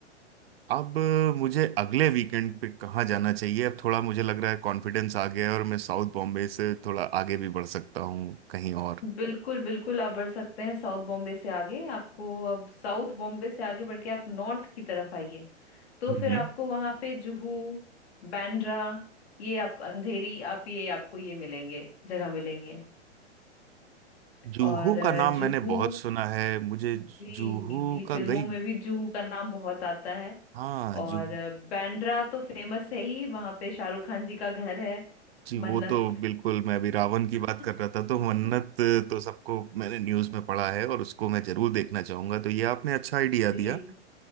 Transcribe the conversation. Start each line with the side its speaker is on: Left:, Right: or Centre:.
Right: अब मुझे अगले वीकेंड पे कहाँ जाना चाहिए अब थोड़ा मुझे लग रहा है कॉन्फिडेंस आ गया है और मैं साउथ बॉम्बे से थोड़ा आगे भी बढ़ सकता हूँ कहीं और
Left: बिल्कुल बिल्कुल आप बढ़ सकते हैं साउथ बॉम्बे से आगे आपको अब साउथ बॉम्बे से आगे बढ़ के आप नॉर्थ की तरफ आइए तो
Right: हम्म
Left: फिर आपको वहां पे जुहू बांद्रा ये आप अंधेरी आप ये आपको ये मिलेंगे जगह मिलेंगे
Right: जुहू
Left: और अ,
Right: का नाम
Left: जूहू
Right: मैंने बहुत सुना है मुझे
Left: जी
Right: जुहू
Left: जी
Right: का
Left: फिल्मों
Right: गई
Left: में भी जूहू का नाम बहुत आता है
Right: हाँ
Left: और
Right: जू
Left: अ, बांद्रा तो फेमस है ही वहां पे शाहरुख खान जी का घर है
Right: जी
Left: मन्नत
Right: वो तो बिल्कुल मैं अभी रावण की बात
Left: <laughs>
Right: कर रहा था तो मन्नत तो सबको मैंने न्यूज़ में पढ़ा है और उसको मैं जरूर देखना चाहूंगा तो ये आपने अच्छा आइडिया
Left: जी
Right: दिया